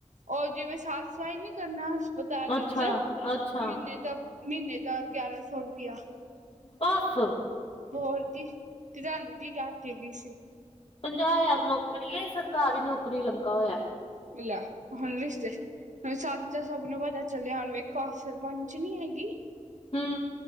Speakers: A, on the right (about 75°); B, on the left (about 45°).
A: ਓ ਜਿਵੇਂ ਸਾਫ਼ ਸਫ਼ਾਈ ਨਹੀਂ ਕਰਨਾ ਅਜ ਹਸਪਤਾਲ ਵਿੱਚ,
B: ਅੱਛਾ ਅੱਛਾ
A: ਮੀਹੀਨੇ ਦਾ, ਮੀਹੀਨੇ ਦਾ ਗਿਆਰਾਂ ਸੌ ਰੁਪਇਆ।
B: ਬੱਸ,
A: ਹੋਰ ਕੀ, ਤੇ ਤੁਹਾਨੂੰ ਕੀ ਕਹਿ ਕੇ ਗਈ ਸੀ?
B: ਪੰਜਾਹ ਹਜ਼ਾਰ ਨੌਕਰੀ ਐ ਸਰਕਾਰੀ ਨੌਕਰੀ ਲੱਗਾ ਹੋਇਆ।
A: <unintelligible> ਹੁਣ ਸੱਚ ਤਾਂ ਸਭ ਨੂੰ ਪਤਾ ਚੱਲਿਆ, ਹੁਣ ਵੇਖੋ ਸਰਪੰਚ ਨੀ ਹੈਗੀ।
B: ਹਮ।